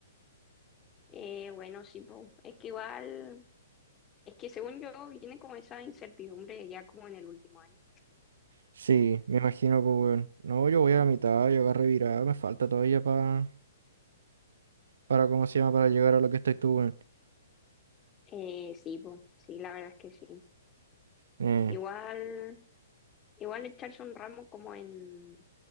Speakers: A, on the left; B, on the right.
A: Eh, bueno, sí, pues. Es que igual, es que según yo viene como esa incertidumbre ya como en el último año.
B: Sí, me imagino, pues, weón. No, yo voy a la mitad, yo agarré virada. Me falta todavía para. Para, ¿cómo se llama? Para llegar a lo que estás tú, weón.
A: Eh, sí, pues, sí, la verdad es que sí.
B: Eh,
A: Igual, igual echarse un ramo como en